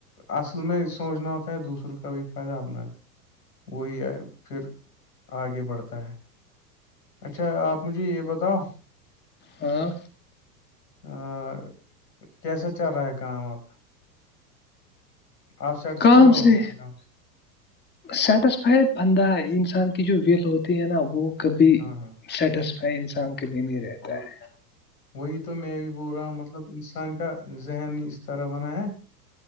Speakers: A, on the left; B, on the left.
A: اصل میں سوچنا ہوتا ہے دوسروں کا بھی فائدہ اپنا وہی پھر آگے بڑھتا ہے اچھا آپ مجھے یہ بتاؤ
B: ہاں
A: اور کیسا چل رہا ہے کام آپ کا آپ سیٹسفائی
B: کام
A: ہو
B: سے
A: اپنے کام سے
B: سیٹسفائیڈ بندہ انسان کی جو ویل ہوتی ہے نا وہ کبھی
A: ہاں ہاں
B: سیٹسفائی انسان کے لیے نہیں رہتا
A: اور
B: ہے
A: کیا وہی تو میں بھی بول رہا ہوں ان کا ذہنی اس طرح بنایا